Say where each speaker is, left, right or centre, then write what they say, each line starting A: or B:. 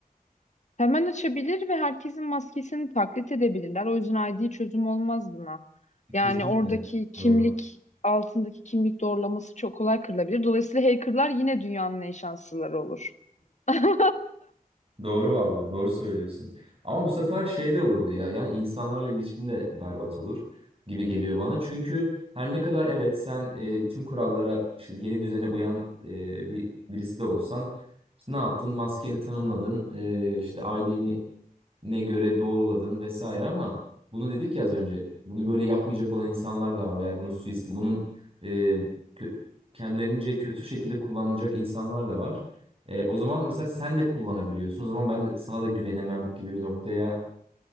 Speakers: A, on the left (about 50°); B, on the right (about 40°).
A: Hemen açabilir ve herkesin maskesini taklit edebilirler. O yüzden ID çözüm olmaz buna. Yani
B: Kesinlikle.
A: oradaki kimlik
B: Doğru.
A: altındaki kimlik doğrulaması çok kolay kırılabilir. Dolayısıyla hackerlar yine dünyanın en şanslıları olur. <laughs>
B: Doğru vallahi doğru söylüyorsun. Ama bu sefer şey de olurdu ya. Yani insanlarla ilişkin de berbat olur gibi geliyor bana. Çünkü her ne kadar evet sen e, bütün kurallara işte yeni düzene uyan e, bir birisi de olsan işte ne yaptın? Maskeni tanımladın. e, işte ID'ni ne göre doğruladın vesaire ama bunu dedik ya az önce. Bunu böyle yapmayacak olan insanlar da var veya bunu suist bunun e, kö- kendilerince kötü şekilde kullanacak insanlar da var. E, o zaman mesela sen de kullanabiliyorsun. O zaman ben de- sana da güvenemem gibi bir noktaya